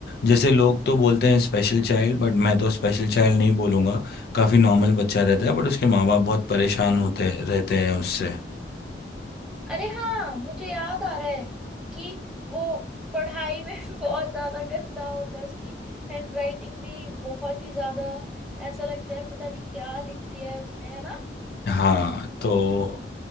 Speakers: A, on the left; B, in the centre.
A: जैसे लोग तो बोलते हैं स्पेशल चाइल्ड बट मैं तो स्पेशल चाइल्ड नहीं बोलूँगा काफ़ी नॉर्मल बच्चा रहता है बट उसके माँ बाप बहुत परेशान होते रहते हैं उससे
B: अरे हाँ मुझे याद आ रहा है कि वो पढ़ाई में <laughs> बहुत ज्यादा गंदा होता है उसकी हैंडराइटिंग भी बहुत ही ज्यादा ऐसा लगता है पता नहीं क्या लिख दिया है उसने है ना
A: हाँ तो